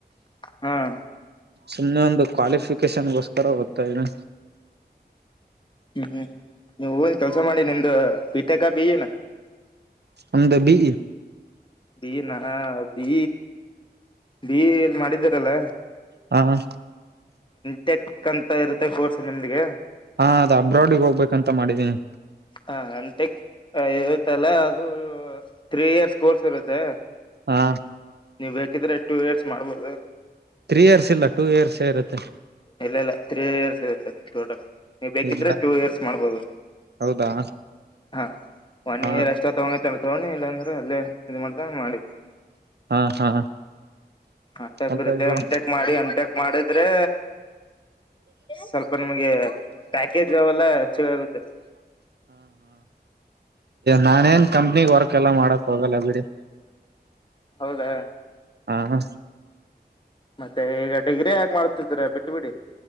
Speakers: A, on the left; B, on the right.
A: ಹ್ಮ್
B: ಸುಮ್ನೆ ಒಂದು ಕ್ವಾಲಿಫಿಕೇಶನ್ಗೋಸ್ಕರ ಓದ್ತಾ ಇನೆ
A: ಹ್ಮ್ ನೀವ ಹೂನ್ ಕೆಲ್ಸ ಮಾಡಿ ನಿಮ್ದ ಪೀಟಕಾ <unintelligible>
B: ಒಂದು ಬಿ
A: ಬಿ ನ ಬಿ ಬಿ ಎಲ್ ಮಾಡಿದಾರಲ್ಲ
B: ಹಾ ಹಾ
A: ಟೆಕ್ ಅಂತ ಇರುತ್ತೆ ಕೋರ್ಸ್ ನಿಮಗೆ
B: ಹಾ ಅದ ಅಬ್ರಾಡಗೆ ಹೋಗ್ಬೇಕಂತ ಮಾಡಿದೀನಿ
A: ಹ ಅಂಟೆಕ್ ಇರುತ್ತಲ ಅದು ಥ್ರೀ ಇಯರ್ಸ್ ಕೋರ್ಸ್ ಇರುತ್ತೆ
B: ಹಾ
A: ನೀವು ಬೇಕಿದ್ರೆ ಟೂ ಇಯರ್ಸ್ ಮಾಡ್ಬೋದು
B: ತ್ರೀ ಇಯರ್ಸ್ ಇಲ್ಲ ಟೂ ಇಯರ್ಸ್ ಇರುತ್ತೆ
A: ಇಲ್ಲ ಇಲ್ಲ ತ್ರೀ ಇಯರ್ಸ್ ಇರುತ್ತೆ ಟೋಟಲ್ ನೀವು ಬೇಕಿದ್ರೆ
B: ಇಲ್ಲ
A: ಟೂ ಇಯರ್ಸ್ ಮಾಡ್ಬೋದು
B: ಹೌದಾ
A: ಹಾ ಒನ್
B: ಹಾ
A: ಇಯರ್ ಅಷ್ಟೇ ತಗೊಂಡತಲ್ಲ ತಗೊಂಡಿ ಇಲ್ಲಾಂದ್ರೆ ಅಲ್ಲೇ ಇದು ಮಾಡ್ತಾ ಮಾಡಿ
B: ಹಾ ಹಾ
A: ಹಾಟ
B: ಅಂತ
A: ಪ್ರ ರೀತ
B: ಇಲ್ವಾ
A: ಎಮಟೆಕ್ ಮಾಡಿ ಎಮಟಕ್ ಮಾಡಿದ್ರೆ ಸ್ವಲ್ಪ ನಿಮ್ಗೆ ಪ್ಯಾಕೇಜ್ ಅವೆಲ್ಲ ಹೆಚ್ಚ ಆಗುತ್ತೆ <inaudible>
B: ನಾನ ಏನ್ ಕಂಪ್ನಿ ವರ್ಕ್ ಎಲ್ಲ ಮಾಡಕ್ ಹೋಗಲ್ಲ ಬಿಡಿ
A: ಹೌದಾ
B: ಹಾ ಹಾ
A: ಮತ್ತೆ ಈಗ ಡಿಗ್ರಿ ಯ ಮಾಡ್ತಿದ್ರ ಬಿಟ್ಟು ಬಿಡಿ